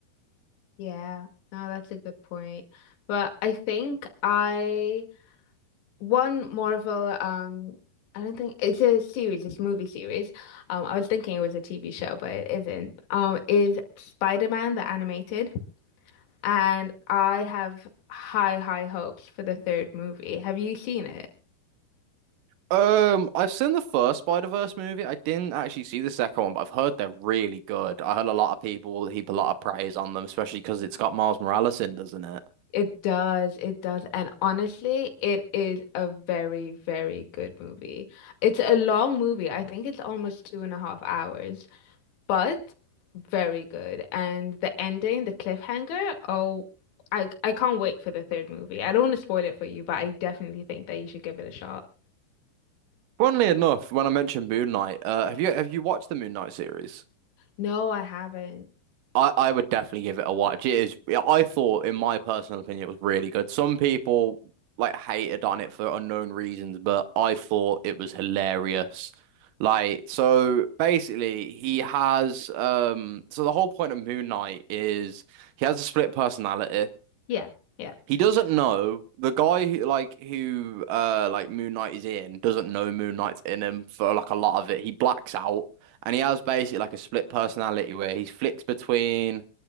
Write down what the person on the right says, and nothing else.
Um, I've seen the first Spider-Verse movie. I didn't actually see the second one, but I've heard they're really good. I heard a lot of people heap a lot of praise on them, especially because it's got Miles Morales in, doesn't it?
Funnily enough, when I mentioned Moon Knight, uh, have you have you watched the Moon Knight series?
I, I would definitely give it a watch. It is, yeah, I thought, in my personal opinion, it was really good. Some people like hated on it for unknown reasons, but I thought it was hilarious. Like, so basically, he has, um, so the whole point of Moon Knight is he has a split personality.
He doesn't know the guy who, like, who, uh, like Moon Knight is in doesn't know Moon Knight's in him for like a lot of it. He blacks out and he has basically like a split personality where he flicks between